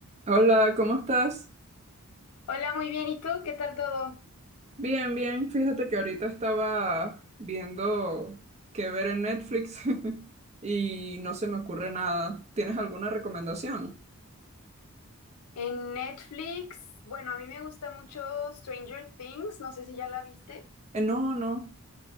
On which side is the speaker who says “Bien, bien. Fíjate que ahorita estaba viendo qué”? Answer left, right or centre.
Right